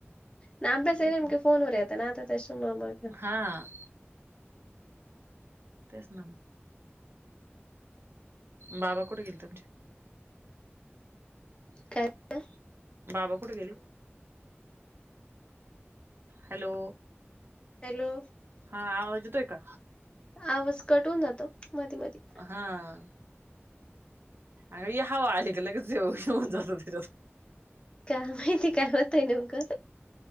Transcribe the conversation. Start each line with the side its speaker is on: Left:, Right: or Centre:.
Left: ना अभ्यास ये
Right: तेच
Left: नेमका फोन वर येतात ना, त्याच्यामुळं
Right: हां. तेच‌ ना. बाबा कुठे गेले तुमचे?
Left: काय ते?
Right: बाबा कुठे गेले, हॅलो!
Left: हॅलो!
Right: हा, आवज येतोय का?
Left: आवाज कट‌ हुन जातो, मधी मधी.
Right: हां. अगं हि हवा आली की लगेच हे होऊन जातो तो.
Left: काय माहिती काय होतय नेमकं,